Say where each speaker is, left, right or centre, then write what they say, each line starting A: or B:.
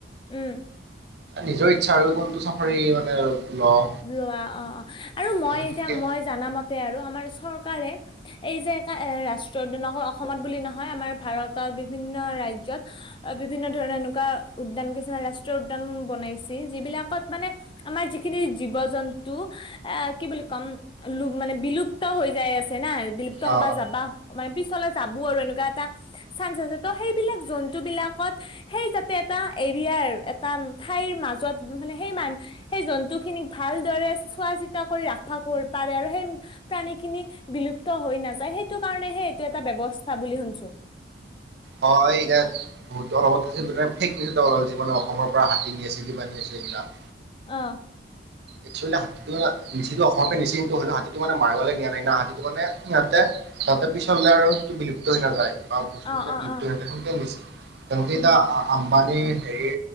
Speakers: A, on the left; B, on the right.
A: উম।
B: নিজৰ ইচ্ছা আৰু কোনটো চাফাৰী মানে লওঁ
A: লোৱা অ, অ, আৰু মই
B: আহ
A: এতিয়া
B: সেনেকে
A: মই জানামতে আৰু আমাৰ চৰকাৰে এই যে একা এ ৰাষ্ট্ৰ উদ্যানক অসমত বুলি নহয় আমাৰ ভাৰতত বিভিন্ন ৰাজ্যত বিভিন্ন ধৰণৰ এনেকুৱা উদ্যান কিছুমান ৰাষ্ট্ৰীয় উদ্যান বনাইছে যিবিলাকত মানে আমাৰ যিখিনি জীৱ-জন্তু আ কি বুলি ক'ম মানে বিলুপ্ত হৈ যাই আছে না বিলুপ্ত
B: অ
A: হ'বা যাবা মানে পিছ যাবো আৰু এনেকুৱা এটা চান্স আছে ত সেইবিলাক জন্তু বিলাকত সেই যাতে এটা এৰিয়াৰ এটা ঠাইৰ মাজত মানে সেই মান সেই জন্তুখিনিক ভালদৰে চোৱা চিতা কৰি ৰাখবা পাৰে আৰু সেই প্ৰাণী খিনি বিলুপ্ত হৈ নাযায় সেইটোকাৰণেহে এইটো এটা ব্যৱস্থা বুলি শুনছো।
B: হয় এতিয়া বহুত অলপত আ ফেক নিল জিমানে অসমৰ পৰা হাতী নি আছিল কিবা নি আছিল। <inaudible>
A: অঁ।
B: একচোৱেলি হাতীটো নিচিটো অসমৰে নিচি কিন্তু হ'লেও হাতীটো মানে মাৰিবলৈ নিয়া নাই না হাতীটো মানে সিহঁতে তাতে পিছৰলে আৰু ই বিলুপ্ত হৈ নাযায়। বা বস্তুবিলাক
A: অ অ
B: লুপ্ত
A: অ
B: হৈ তেকে নিছিল তেওঁলোকে
A: উম
B: এতিয়া আম্বানীৰ হেৰি